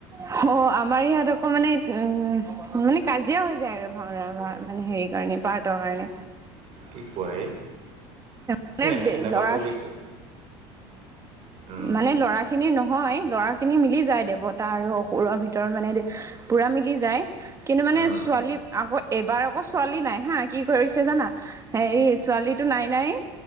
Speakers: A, on the right; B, on the right.
A: অ', আমাৰ ইয়াত আকৌ মানে উম মানে কাজিয়া হৈ যায় আৰু ভাওনা ভা মানে হেৰি কাৰণে পাৰ্টৰ কাৰণে।
B: কি কোৱা
A: মানে
B: এ?
A: <unintelligible>
B: এনে এনেকুৱা
A: লৰা,
B: পৰিৱেশটো উম
A: মানে লৰা খিনি নহয় ল'ৰা খিনি মিলি যায় দেৱতা আৰু অসুৰৰ ভিতৰত মানে পুৰা মিলি যায়। কিন্তু মানে
B: উম
A: ছোৱালী আকৌ এবাৰ আকৌ ছোৱালী নাই হা কি কৰিছে জানা? হেৰি ছোৱালীটো নাই নাইয়ে